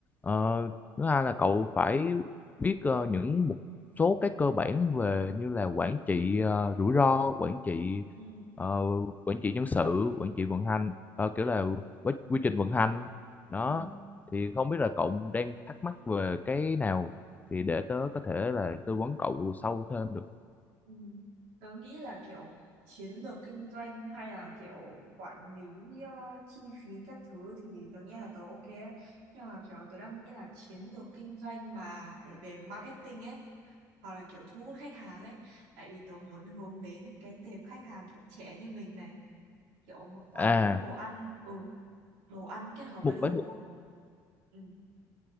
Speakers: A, on the left; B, on the right.
A: Ờ, thứ hai là cậu phải biết ờ, những mục số cái cơ bản về như là quản trị ờ, rủi ro quản trị
B: Ừ.
A: ờ, quản trị nhân sự quản trị vận hành ờ, kiểu là quy, quy trình vận hành đó
B: Ừ.
A: thì không biết là cậu đang thắc mắc về cái nào thì để tớ có thể là tư vấn cậu sâu thêm được
B: Ừ. Tớ nghĩ là kiểu chiến lược kinh doanh hay là kiểu quản lý ờ, chi phí các thứ thì tớ nghĩ là tớ ok ấy. Nhưng mà kiểu tớ đang nghĩ là chiến lược kinh doanh mà để về marketing ấy hoặc là kiểu thu hút khách hàng ấy tại vì tớ muốn hướng đến cái tệp khách hàng kiểu trẻ như mình này kiểu một quán
A: à
B: đồ ăn ừ đồ ăn kết hợp
A: một
B: với đồ
A: bánh
B: uống
A: mì
B: ừ.